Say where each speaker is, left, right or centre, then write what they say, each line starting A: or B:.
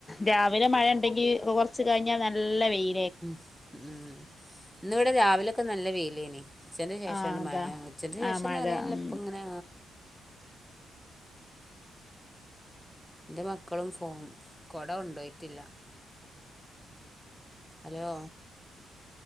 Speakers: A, on the left (about 20°); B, in the centre.
A: രാവിലെ മഴേണ്ടെങ്കി കൊറ ച്ച് കഴിഞ്ഞാൽ നല്ല വെയി
B: ഉം ഉം ഇന്നിവിടെ രാവിലൊക്കെ നല്ല വെയിലേനി ഉച്ഛന്റെ ശേഷണ്ട്
A: ആഹ് അതാ
B: മഴ ഉച്ചന്റെ
A: ആഹ്
B: ശേഷന്ന
A: മഴ
B: പറിയാനല്ല
A: ഉം
B: ഇപ്പ ഇങ്ങനെ എന്റെ മക്കളും ഫോ കൊട കൊണ്ടുപോയിട്ടില്ല ഹലോ